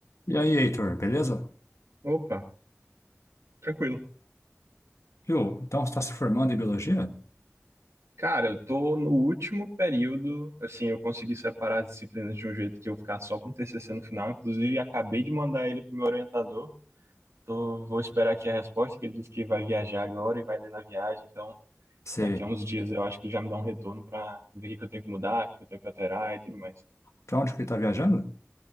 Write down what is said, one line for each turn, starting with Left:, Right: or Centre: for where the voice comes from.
Left: E aí, Heitor, beleza?
Right: Opa, tranquilo.
Left: Viu? Então você está se formando em biologia?
Right: Cara, eu tô no último período, assim, eu consegui separar as disciplinas de um jeito que eu ficar só com o TCC no final, inclusive acabei de mandar ele pro meu orientador. Tô, vou esperar aqui a resposta, que ele disse que vai viajar agora e vai ler na viagem, então
Left: Você,
Right: daqui a uns dias eu acho que ele já me dá um retorno pra ver o que que eu tenho que mudar, o que que eu tenho que alterar e tudo mais.
Left: para onde que ele está viajando?